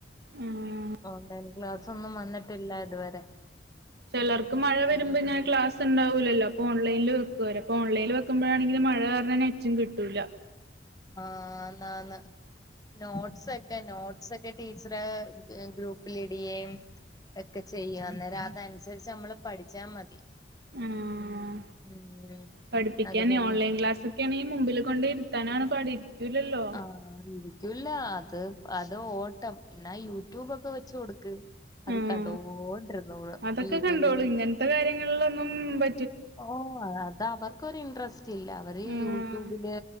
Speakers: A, on the right; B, on the left.
A: ആഹ്
B: ഓൺലൈൻ ക്ലാസൊന്നും വന്നിട്ടില്ല ഇതുവരെ.
A: ചെലർക്ക് മഴ വരുമ്പോ
B: ഉം
A: ഇങ്ങനെ ക്ലാസ് ണ്ടാവുലല്ലോ അപ്പോ ഓൺലൈല് വെക്കൂ ഓര് അപ്പോ ഓൺലൈല് വെക്കുമ്പഴാണെങ്കിലും മഴ കാരണം നെറ്റും കിട്ടൂല്ല.
B: ആന്നാന്ന് നോട്സ് ഒക്കെ നോ ട്സൊക്കെ ടീച്ചറ് ഗ്രൂപ്പിലിടിയെം ഒക്കെ ചെയ്യും അന്നേരം അതനുസരിച്ച് നമ്മള് പഠിച്ചാ മതി
A: ആഹ്
B: ഉം
A: പഠിപ്പിക്കാന്
B: അത് പിന്നെ
A: ഓൺലൈൻ ക്ലാ സൊക്കെ അണെങ്കി മുമ്പിൽ കൊണ്ടോയി ഇരുത്താനാണ് പാട് ഇരിക്കൂലല്ലോ.
B: ആ ഇരിക്കൂല്ല അത് അത് ഓട്ടം എന്നാ യൂട്യൂബൊക്കെ വെച്ച് കൊടുക്ക്. അത്
A: ആഹ്
B: കണ്ടോണ്ടിരിന്നോളും
A: അതൊക്കെ
B: യൂട്യൂബില്.
A: കണ്ടോളും <unintelligible> കാര്യങ്ങളിലൊന്നും പ
B: ഓഹ് അത് അവർക്കൊരു ഇന്ട്രസ്റ്റ് ഇല്ല അവര്
A: ആഹ്
B: യൂട്യൂബില്